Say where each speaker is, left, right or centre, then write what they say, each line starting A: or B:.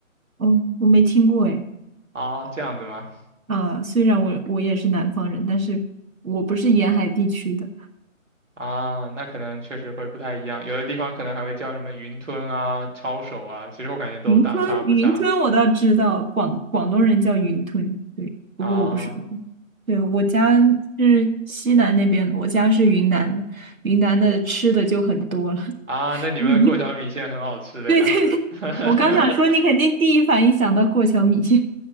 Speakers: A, on the right; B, on the right.
A: 嗯，我没听过哎。
B: 哦，这样子吗？
A: 啊，虽然我我也是南方人，但是我不是沿海地区的。
B: 啊，那可能确实会不太一样，有的地方可能还会叫什么云吞啊、抄手啊，其实我感觉都大差不差。
A: 云吞，云吞我倒知道，广广东人叫云吞，对，不过我不是广东。
B: 啊
A: 对，我家是西南那边的，我家是云南的，云南的吃的就很多了。
B: 啊，
A: <laughs>
B: 那你们过桥米线很好吃的呀。
A: 你 <laughs> 对对对，
B: <laughs>
A: 我刚想说，你肯定第一反应想到过桥米线。